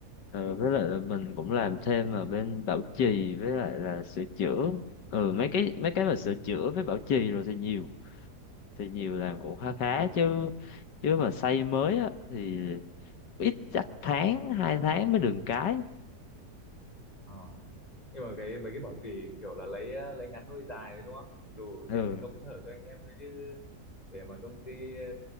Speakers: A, on the left (about 85°); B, on the left (about 25°).
A: ừ, với lại là mình cũng làm thêm ở bên bảo trì với lại là sửa chữa ừ mấy cái mấy cái mà sửa chữa với bảo trì rồi thì nhiều thì nhiều làm cũng khá khá chứ chứ mà xây mới á thì ít chắc tháng hai tháng mới được cái
B: Ờ. nhưng mà cái mấy cái bảo trì kiểu là lấy ờ, lấy ngắn nuôi dài đấy đúng không đủ
A: ừ
B: tiền công thợ cho anh em thôi chứ để mà công ty ờ,